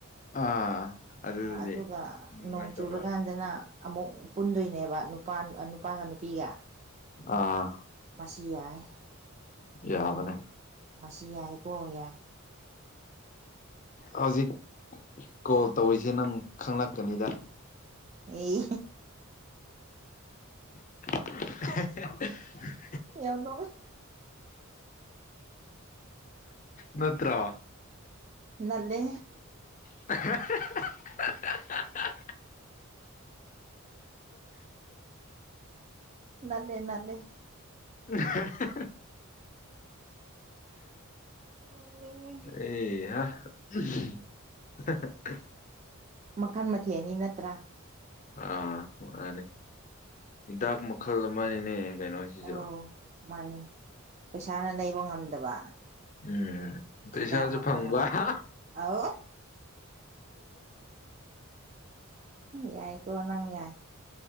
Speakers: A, on the left; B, on the right.
A: ꯑꯥ ꯑꯗꯨꯗꯨꯗꯤ
B: ꯑꯗꯨꯒ
A: ꯑꯗꯨꯃꯥꯏꯅ
B: ꯅꯣꯡ ꯆꯨꯔꯀꯥꯟꯗꯅ
A: ꯇꯧꯕ
B: ꯑꯃꯨꯛ ꯄꯨꯟꯗꯣꯏꯅꯦꯕ ꯅꯨꯄꯥ ꯅꯨꯄꯥꯒ ꯅꯨꯄꯤꯒ
A: ꯑꯥ
B: ꯁꯤ ꯌꯥꯏ
A: ꯌꯥꯕꯅꯦ
B: ꯃꯁꯤ ꯌꯥꯏꯀꯣ ꯌꯥꯏ
A: ꯍꯧꯖꯤꯛ ꯀꯣꯜ ꯇꯧꯔꯤꯁꯦ ꯅꯪ ꯈꯪꯂꯛꯀꯅꯤꯗ
B: ꯑꯩ
A: <unintelligible>
B: ꯌꯎꯅꯣ
A: ꯅꯠꯇ꯭ꯔꯥ
B: ꯅꯂꯦ
A: <inaudible>
B: ꯅꯅꯦꯦ ꯅ ꯂꯩꯦ
A: <unintelligible>
B: ꯅꯣꯛꯅꯤꯡꯉꯦ
A: ꯑꯦꯍꯥ <inaudible>
B: ꯃꯈꯜ ꯃꯊꯦꯜꯅꯤ ꯅꯠꯇ꯭ꯔꯥ
A: ꯑꯥ ꯃꯥꯅꯤ ꯍꯤꯗꯥꯛ ꯃꯈꯜ ꯑꯃꯅꯤꯅꯦ ꯀꯩꯅꯣꯁꯤꯁꯨ
B: ꯑꯧ ꯃꯥꯅꯤ ꯄꯩꯁꯥꯅ ꯂꯩꯕ ꯉꯝꯗꯕ
A: ꯎꯝ ꯄꯩꯁꯥꯖꯁꯨ
B: ꯍꯤꯗꯥꯛ ꯃꯈꯜ
A: ꯐꯪꯕ
B: ꯑꯃꯅꯤ
A: <inaudible>
B: ꯑꯧ ꯌꯥꯏꯀꯣꯅꯪ ꯌꯥꯏ